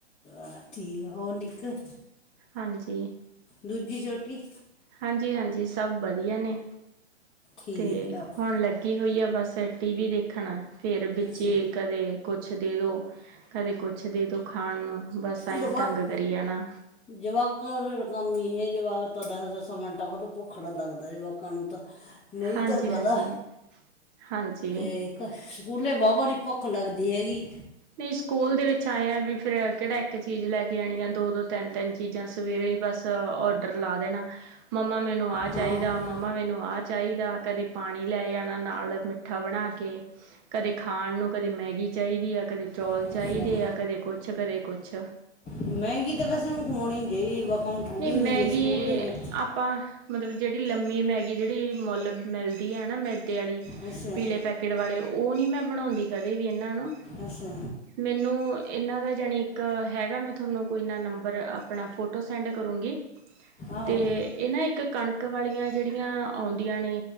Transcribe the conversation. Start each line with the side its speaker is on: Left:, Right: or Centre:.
Left: ਆਹ ਠੀਕ ਆ ਹੋਰ ਨਿੱਕਰ
Right: ਹਾਂਜੀ
Left: ਦੂਜੀ ਛੋਟੀ
Right: ਹਾਂਜੀ-ਹਾਂਜੀ, ਸਭ ਵਧੀਆ ਨੇ
Left: ਠੀਕ
Right: ਤੇ
Left: ਆ ਉਹ
Right: ਹੁਣ ਲ ਹੋਈ ਆ ਬਸ ਟੀ ਵੀ ਦੇਖਣਾ ਫੇਰ ਵਿੱਚੇ
Left: ਅੱਛਾ
Right: ਕਦੇ ਕੁਛ ਦੇ ਦੋ ਕਦੇ ਕੁਛ ਦੇ ਦੋ ਖਾਣ ਨੂੰ ਬਸ ਏਂਈ
Left: ਜਵਾਕ
Right: ਤੰਗ ਕਰੀ ਜਾਣਾ
Left: ਜਵਾਕਾਂ ਕੰਮੀ ਇਹ ਜਵਾਕ ਤਾਂ ਦਸ ਦਸਾਂ ਮਿੰਟਾਂ ਬਾਅਦ ਭੁੱਖੜ ਲੱਗਦਾ ਜਵਾਕਾਂ ਨੂੰ ਤਾਂ ਨਹੀਂ
Right: ਹਾਂਜੀ
Left: ਤਾਂ ਪਤਾ
Right: ਹਾਂਜੀ ਹਾਂਜੀ
Left: ਤੇ ਸਕੂਲੇ ਵਾਹ ਵਾਹ ਦੀ ਭੁੱਖ ਲੱਗਦੀ ਹੈਗੀ
Right: ਨਹੀਂ ਸਕੂਲ ਦੇ ਵਿੱਚ ਆਇਆ ਵੀ ਫੇਰ ਕਿਹੜਾ ਇੱਕ ਚੀਜ਼ ਲੈ ਕੇ ਆਣੀ ਆ ਦੋ-ਦੋ ਤਿੰਨ-ਤਿੰਨ ਚੀਜ਼ਾਂ ਸਵੇਰੇ ਹੀ ਬਸ ਔਡਰ ਲਾ ਦੇਣਾ, ਮੰਮਾ ਮੈਨੂੰ ਆ
Left: ਹਾਂ
Right: ਚਾਹੀਦਾ ਮੰਮਾ ਮੈਨੂੰ ਆ ਚਾਹੀਦਾ, ਕਦੇ ਪਾਣੀ ਲੈ ਜਾਣਾ ਨਾਲ ਮਿੱਠਾ ਬਣਾ ਕੇ ਕਦੇ ਖਾਣ ਨੂੰ ਕਦੇ ਮੈਗੀ ਚਾਹੀਦੀ ਆ, ਕਦੇ ਚੌਲ
Left: ਅੱਛਾ
Right: ਚਾਹੀਦੇ ਆ ਕਦੇ ਕੁਛ ਕਦੇ ਕੁਛ
Left: ਮਹਿੰਗੀ ਤਾਂ ਵੈਸੇ ਕਮਾਉਣੀ ਨਹੀਂ ਚਾਹੀਦੀ ਵ ਹੁਣ
Right: ਨਹੀਂ
Left: ਠੰਡੀ
Right: ਮੈਗੀ
Left: ਹੋ ਜਾਂਦੀ ਹੈ ਸਕੂਲ ਦੇ ਵਿੱਚ
Right: ਆਪਾਂ ਮਤਲਬ ਜਿਹੜੀ ਲੰਮੀ ਮੈਗੀ ਜਿਹੜੀ ਮੁੱਲ ਮਿਲਦੀ ਹੈ, ਨਾ ਮੈਦੇ ਵਾਲੀ
Left: ਅੱਛਾ
Right: ਪੀਲੇ ਪੈਕੇਟ ਵਾਲੇ ਉਹ ਨੀ ਮੈਂ ਬਣਾਉਂਦੀ ਕਦੇ ਵੀ ਇਹਨਾਂ ਨੂੰ
Left: ਅੱਛਾ
Right: ਮੈਨੂੰ ਇਹਨਾਂ ਦਾ ਜਾਣੀ ਇੱਕ ਹੈਗਾ, ਮੈਂ ਤੁਹਾਨੂੰ ਕੋਈ ਨਾ ਨੰਬਰ ਆਪਣਾ ਫੋਟੋ ਸੈਂਡ ਕਰੂੰਗੀ ਅਤੇ
Left: ਆਹੋ
Right: ਇਹ ਨਾ ਇੱਕ ਕਣਕ ਵਾਲੀਆਂ ਜਿਹੜੀਆਂ ਆਉਂਦੀਆਂ ਨੇ